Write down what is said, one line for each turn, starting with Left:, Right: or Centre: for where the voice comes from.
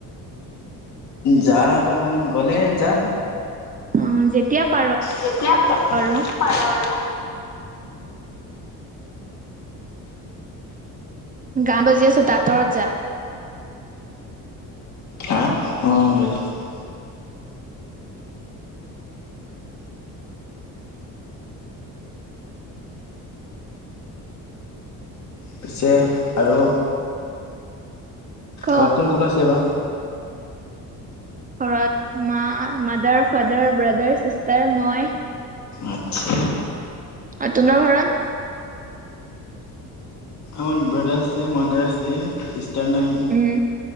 Left: যা গলে যাম।
Right: অ' যেতিয়া পাৰ
Left: যেতিয়া পাৰো
Right: আৰু
Left: আৰু
Right: গান বাজি আছে আতৰত যা।
Left: হা অ <unintelligible> পিছে আৰু
Right: ক
Left: ঘৰত কোন কোন আছে বা।
Right: ঘৰত মা মাডাৰ ফাডাৰ ব্ৰাডাৰ চিষ্টাৰ মই
Left: আচ্ছা
Right: আৰু তোমাৰ ঘৰত?
Left: মোৰ ব্ৰাদাৰ আছে মাদাৰ আছে চিষ্টাৰ নাই।
Right: উম